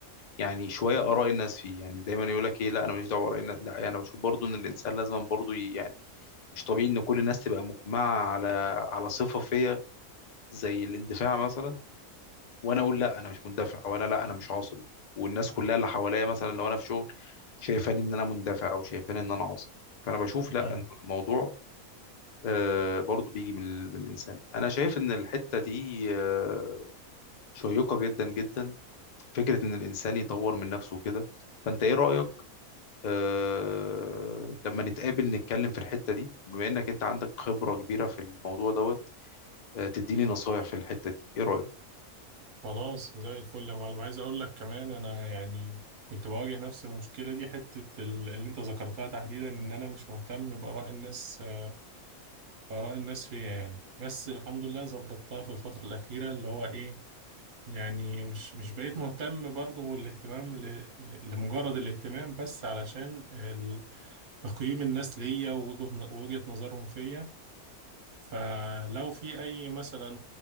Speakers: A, on the left; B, on the right.
A: يعني شويه اراء الناس فيه يعني دايما يقول لك ايه لا انا ماليش دعوه باراء الناس لا يعني انا بشوف برضو ان الانسان لازم برضو ي- يعني مش طبيعي ان كل الناس تبقى مجمعه على على صفه فيا زي الاندفاع مثلا وانا اقول لا انا مش مندفع وانا لا انا مش عصبي والناس كلها اللي حواليا مثلا لو انا في شغل شايفاني ان انا مندفع او شايفاني ان انا عصبي فانا بشوف لا
B: مم.
A: ان الموضوع آه، برضو بيجي من ال- من الانسان انا شايف ان الحته دي آه، شيقه جدا جدا فكره ان الانسان يطور من نفسه كده فانت ايه رايك آه، لما نتقابل نتكلم في الحتة دي بما انك انت عندك خبرة كبيرة في الموضوع دوت آه، تديني نصايح في الحتة دي ايه رأيك
B: خلاص زي الفل يا معلم عايز اقول لك كمان انا يعني كنت بواجه نفس المشكلة دي حتة ال- اللي انت ذكرتها تحديدا ان انا مش مهتم بآراء الناس آه، بآراء الناس فيا يعني بس الحمد لله ظبطتها في الفترة الأخيرة اللي هو ايه يعني مش مش بقيت مهتم برضه الاهتمام ل... ل- لمجرد الاهتمام بس علشان ال- تقييم الناس ليا ووجهة ن- ووجهة نظرهم فيا فلو في أي مثلا